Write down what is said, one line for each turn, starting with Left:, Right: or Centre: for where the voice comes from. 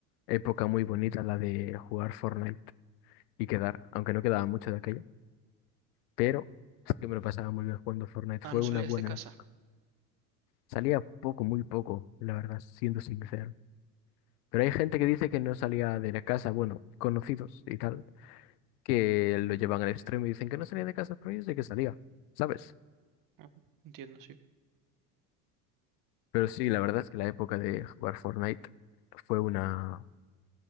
Left: época muy bonita, la de jugar Fortnite y quedar, aunque no quedaba mucho de aquello, pero sí que me lo pasaba muy bien jugando Fortnite.
Right: Ah,
Left: Fue
Right: no
Left: una
Right: salías
Left: buena
Right: de casa.
Left: época. Salía poco, muy poco, la verdad, siendo sincero. Pero hay gente que dice que no salía de la casa, bueno, conocidos y tal, que lo llevan al extremo y dicen que no salía de casa, pero yo sé que salía, ¿sabes?
Right: Ah, entiendo, sí.
Left: Pero sí, la verdad es que la época de jugar Fortnite fue una,